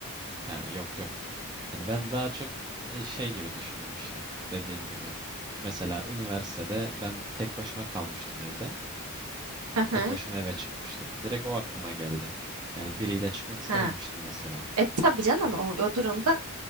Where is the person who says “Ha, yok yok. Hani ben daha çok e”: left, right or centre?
Right